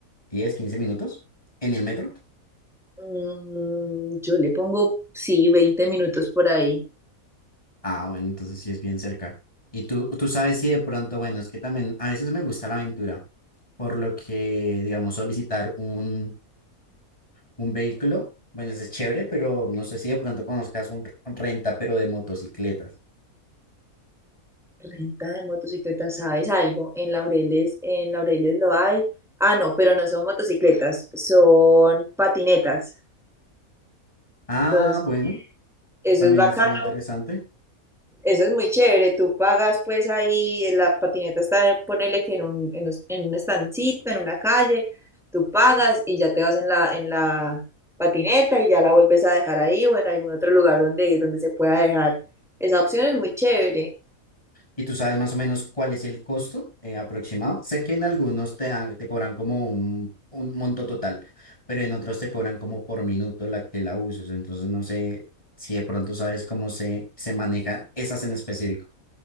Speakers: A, on the left; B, in the centre.
A: 10, 15 minutos en el metro.
B: Mm, yo le pongo, sí, 20 minutos por ahí.
A: Ah, bueno, entonces sí es bien cerca. Y tú, tú sabes si de pronto, bueno, es que también a veces me gusta la aventura, por lo que, digamos, solicitar un, un vehículo, bueno, eso es chévere, pero no sé si de pronto conozcas un r- renta, pero de motocicletas.
B: Renta de motocicletas, ¿sabes algo? En Laureles, en Laureles lo hay. Ah, no, pero no son motocicletas, son patinetas.
A: Ah,
B: Entonces,
A: bueno,
B: eso
A: también
B: es bacano,
A: estaría interesante.
B: eso es muy chévere. Tú pagas pues ahí, eh, la patineta está, ponele que en un, en un, en un estancito, en una calle, tú pagas y ya te vas en la, en la patineta y ya la vuelves a dejar ahí o en algún otro lugar donde, donde se pueda dejar. Esa opción es muy chévere.
A: ¿Y tú sabes más o menos cuál es el costo eh, aproximado? Sé que en algunos te, dan- te cobran como un, un monto total, pero en otros te cobran como por minuto la que la uses. Entonces no sé si de pronto sabes cómo se, se manejan esas en específico.